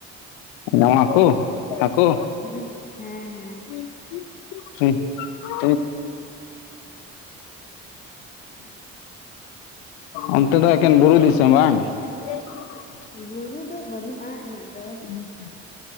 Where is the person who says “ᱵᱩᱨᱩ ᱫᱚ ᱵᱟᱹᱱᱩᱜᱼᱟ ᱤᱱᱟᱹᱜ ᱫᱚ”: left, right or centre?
Left